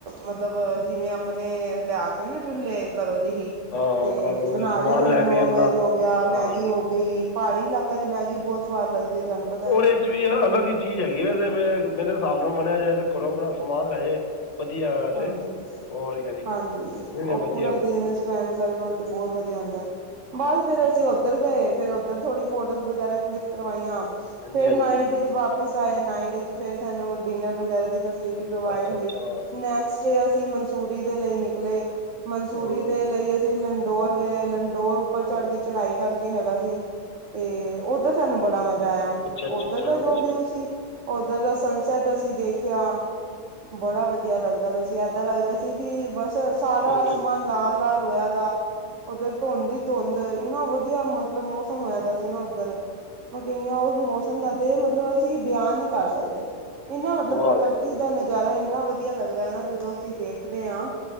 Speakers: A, on the right; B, on the left.
A: ਮਤਲਬ ਜਿਵੇਂ ਆਪਣੇ ਲਿਆ ਕੇ ਨਾ ਚੁਲੇੇ ਘਰੋ ਦੀ ਹੀ।
B: ਹਾਂ
A: ਤੇ
B: ਕਾਰੋਂ
A: ਬਣਾ
B: ਦੇ ਸਮਾਨ
A: ਰਹੇ ਸਨ।
B: ਲੈ
A: ਨੋਨ
B: ਕੇ ਆਪਣਾ
A: ਵੈਜ ਹੋ ਗਿਆ, ਮੈਗੀ
B: ਹਾਂ ਠੀਕ
A: ਹੋ
B: ਹੈ
A: ਗਈ, ਪਹਾੜੀ ਕਲੀ ਮੈਗੀ ਬਹੁਤ ਸਵਾਦ ਲੱਦੀ ਹੈ, ਤੁਹਾਨੂੰ ਪਤਾ ਐ।
B: ਕੁਝ ਵੀ ਹੈ। ਅਲੱਗ ਹੀ ਚੀਜ਼ ਹੈਗੀ, ਤੇ ਮੇਰੇ ਹਿਸਾਬ ਨਾਲ ਮੰਨਿਆ ਜਾਏ ਤੇ ਕਰੋ ਆਪਣਾ ਸਮਾਨ ਲੈ ਜਾਏ। ਵਧੀਆ। ਵੈਸੇ
A: ਹਾਂਜੀ
B: ਹੋਰ ਕਿਆ ਨਹੀਂ
A: ਹਾਂਜੀਉਹ
B: ਨਹੀਂ ਨਹੀਂ ਵਧੀਆ
A: ਪੂਰਾ
B: ਬਹੁਤ
A: ਦਿਨ ਚ ਫਨ ਕਰਨ ਵਾਸਤੇ ਬਹੁਤ ਵਧੀਆ ਹੁੰਦਾ ਹੈ। ਬਸ ਫੇਰ ਅਸੀਂ ਉੱਧਰ ਗਏ, ਫੇਰ ਉੱਧਰ ਥੋੜੀ ਫੋਟੋਜ਼ ਵਗੈਰਾ ਕਲਿਕ ਕਰਵਾਈਆਂ।
B: ਹਾਂਜੀ
A: ਫੇਰ
B: ਹਾਂਜੀ
A: ਨਾਈਟ ਵਾਪ ਡਿਜ਼ਾਇਨ ਆਏ ਨਾਈਟ ਵਿਚ, ਫਿਰ ਸਾਨੂੰ ਡਿਨਰ ਵਗੈਰਾ ਦੀ ਫੈਸਿਲਿਟੀ ਪ੍ਰੋਵਾਈਡ
B: ਅੱਛਾ
A: ਹੋਈ।
B: ਅੱਛਾ
A: ਨੈਕਸਟ ਡੇ ਅਸੀਂ ਮਨਸੂਰੀ ਦੇ ਲਈ ਨਿਕਲੇ, ਮਨਸੂਰੀ
B: ਉਹ
A: ਦੇ ਲਈ ਅਸੀਂ ਫੇਰ ਲੰਡੋਰ ਗਏ, ਲੰਡੋਰ ਉੱਪਰ ਚੜ
B: ਉਹ
A: ਕੇ ਚੜ੍ਹਾਈ ਕਰਕੇ ਕੇ ਹੈਗਾ ਸੀ। ਤੇ ਉੱਧਰ ਸਾਨੂੰ ਬੜਾ ਮਜ਼ਾ ਆਇਆ।
B: ਅੱਛਾ ਅੱਛਾ
A: ਓਧਰ
B: ਅੱਛਾ
A: ਦਾ ਜੋ
B: ਵਧੀਆ
A: ਵਿਊ ਸੀ। ਉਧਰ ਦਾ ਸਨਸੈਟ ਅਸੀਂ ਦੇਖਿਆ। ਬੜਾ ਵਧੀਆ ਵਧੀਆ ਲੱਗਦਾ ਪਿਆ ਸੀ। ਏਦਾਂ ਲੱਗਦਾ ਪਿਆ ਸੀ। ਕਿ ਬਸ ਸਾਰਾ
B: ਓਕੇ
A: ਆਸਮਾਨ ਲਾਲ -ਲਾਲ ਹੋਇਆ ਵਾ। ਉੱਧਰ ਧੁੰਦ ਹੀ ਧੁੰਦ, ਇੰਨਾ ਵਧੀਆ ਮਤਲਬ ਮੌਸਮ ਹੋਇਦਾ ਸੀ ਨਾ ਉੱਧਰ। ਮੈਂ ਕਹਿੰਨੀ ਆ ਉਸ ਮੌਸਮ ਦਾ ਤੇ, ਮਤਲਬ ਅਸੀਂ ਬਿਆਨ ਨਹੀਂ ਕਰ ਸਕਦੇ। ਇਨਾ ਮਤਲ,
B: ਵਾਹ
A: ਬ ਪ੍ਰਕਰਤੀ
B: ਜੀ।
A: ਦਾ ਨਜ਼ਾਰਾ ਇੰਨਾ ਵਧੀਆ ਲੱਗਦਾ ਹੈ ਨਾ, ਜਦੋਂ ਅਸੀਂ ਦੇਖਦੇ ਹਾਂ।